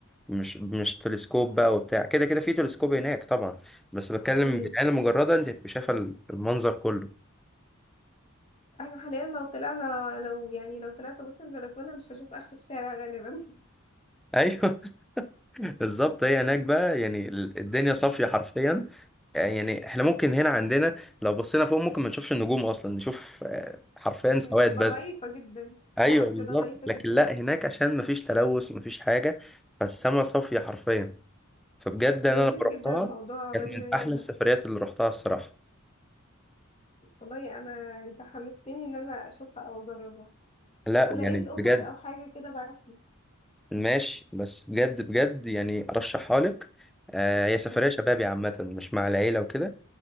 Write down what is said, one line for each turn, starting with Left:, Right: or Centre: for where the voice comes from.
Centre: مش مش تلسكوب بقى وبتاع كده كده في تلسكوب هناك طبعا بس بتكلم
Left: مم.
Centre: بالعين المجردة أنت هتبقى شايفة المنظر كله
Left: احنا حاليا لو طلعنا لو يعني لو طلعت بص البلكونة مش هشوف آخر الشارع غالبا <laughs>
Centre: ايوه <laughs> بالظبط هي هناك بقى يعني ال- الدنيا صافيه حرفيا يعني احنا ممكن هنا عندنا لو بصينا فوق ممكن ما نشوفش النجوم اصلا نشوف آه، حرفيا
Left: مم.
Centre: سواد
Left: بتبقى
Centre: بس
Left: ضعيفة جدا
Centre: ايوه
Left: نقط
Centre: بالظبط
Left: كده ضعيفة
Centre: لكن
Left: جدا
Centre: لا هناك عشان ما فيش تلوث وما فيش حاجه فالسما صافيه حرفيا فبجد انا
Left: لذيذ
Centre: لما رحتها
Left: جدا موضوع
Centre: كانت
Left: وادي
Centre: من
Left: ريان
Centre: احلى
Left: ده
Centre: السفريات اللي رحتها الصراحه
Left: والله أنا أنت حمستني إن أنا أشوفها أو أجربها
Centre: لا
Left: لو لقيت
Centre: يعني بجد
Left: أوفر أو حاجة كده بعتلي
Centre: ماشي بس بجد بجد يعني ارشحها لك آه، هي سفريه
Left: مم.
Centre: شبابي عامه مش مع العيله وكده